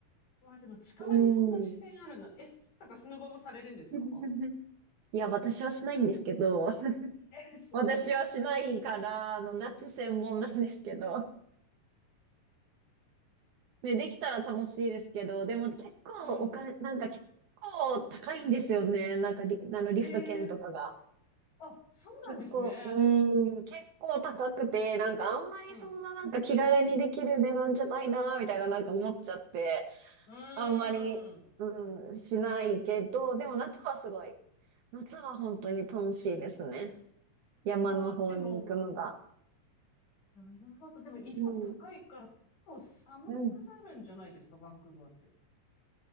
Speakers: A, on the left; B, on the right.
A: わあ、でも近場にそんな自然あるの。
B: うん。
A: え、スキーとかスノボもされるんですか
B: <laughs> いや、私はしないんですけど、
A: え、しだ。
B: 私はしないから、あの、夏専門なんですけど。ね、できたら楽しいですけど、でも結構お金、
A: うん。
B: なんか結構高いんですよね。なんかリ、あのリフト券とかが。
A: ええあ、そうなんですね。
B: 結構、うーん、結構高くて、なんかあんまりそんななんか気軽にできる値段じゃないな、
A: うん。うん
B: みたいななんか思っちゃって、
A: うーん。
B: あんまり、うん、しないけど、でも夏はすごい。夏は本当に楽しいですね。山の方に行くのが。
A: わあ、でも、なるほど。でも、緯度高いから、
B: うん。
A: 結構寒くなるんじゃないですか、
B: うん
A: バンクーバーって。